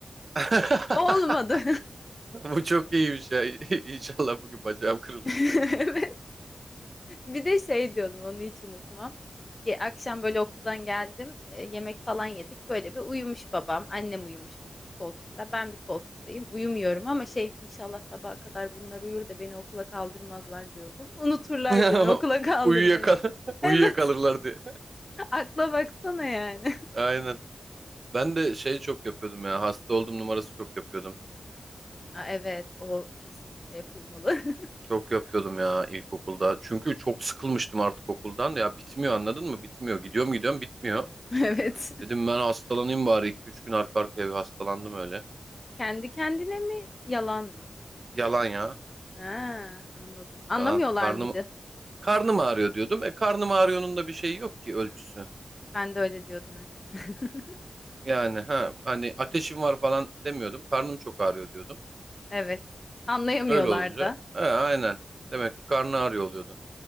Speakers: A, on the right (about 45°); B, on the left (about 30°).
A: <laughs>
B: Olmadı.
A: Bu çok iyiymiş ya. <laughs> İnşallah bugün bacağım kırılır.
B: <laughs> Evet. Bir de şey diyordum onu hiç unutmam. Ge- Akşam böyle okuldan geldim e, yemek falan yedik böyle bir uyumuş babam annem uyumuş bir koltukta ben bir koltuktayım uyumuyorum ama şey inşallah sabaha kadar bunlar uyur da beni okula kaldırmazlar diyordum. Unuturlar
A: <laughs>
B: beni okula kaldırmayı.
A: Uyuyakal <laughs>
B: Evet
A: uyuyakalırlar diye.
B: <laughs> akla baksana yani.
A: Aynen. Ben de şey çok yapıyordum ya. Hasta oldum numarası çok yapıyordum.
B: <laughs> Aa, evet o kesinlikle yapılmalı. <laughs>
A: Çok yapıyordum ya ilkokulda. Çünkü çok sıkılmıştım artık okuldan. Ya bitmiyor anladın mı? Bitmiyor. Gidiyorum gidiyorum bitmiyor.
B: Evet
A: Dedim ben hastalanayım bari. iki üç gün arka arkaya bir hastalandım öyle.
B: kendi kendine mi yalan mı?
A: Yalan ya.
B: Ha, anladım anlamıyorlar
A: Yalan. Karnım
B: mıydı?
A: karnım ağrıyor diyordum. E karnım ağrıyor'nun da bir şeyi yok ki ölçüsü.
B: Ben de öyle diyordum hep. <laughs>
A: Yani ha hani ateşim var falan demiyordum. Karnım çok ağrıyor diyordum.
B: Evet. Anlayamıyorlar
A: Öyle olunca
B: da.
A: he, aynen. Demek ki karnı ağrıyor oluyordu.